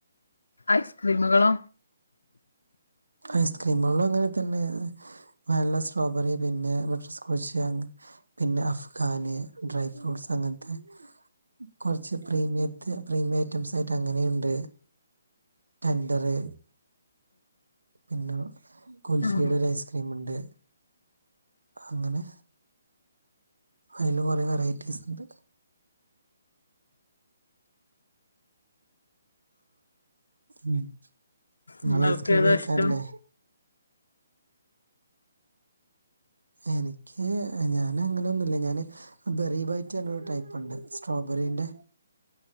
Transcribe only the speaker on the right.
ഐസ്ക്രീമുകളും അങ്ങനെ തന്നെ വാനില സ്ട്രോബെറി പിന്നെ ബട്ടർ സ്കോച്ച് അങ്ങനെ പിന്നെ അഫ്ഗാന് ഡ്രൈ ഫ്രൂട്ട്സ് അങ്ങനത്തെ കുറച്ച് പ്രീമിയത്തെ പ്രീമിയം ഐറ്റംസ് ആയിട്ട് അങ്ങനെയുണ്ട് ടെൻഡറ് പിന്നെ കുൽഫിയുടെ
ഒരു ഐസ്ക്രീം ഇണ്ട് അങ്ങനെ അതില് കുറെ വെറൈറ്റീസിണ്ട് നിങ്ങൾ
ഐസ്ക്രീം
കഴിക്കാറില്ലേ?
എനിക്ക് ഞാൻ അങ്ങനെയൊന്നുല്ല ഞാന് ബെറി ബൈറ്റ് പറഞ്ഞ ഒരു ടൈപ്പുണ്ട് സ്ട്രോബറിന്റെ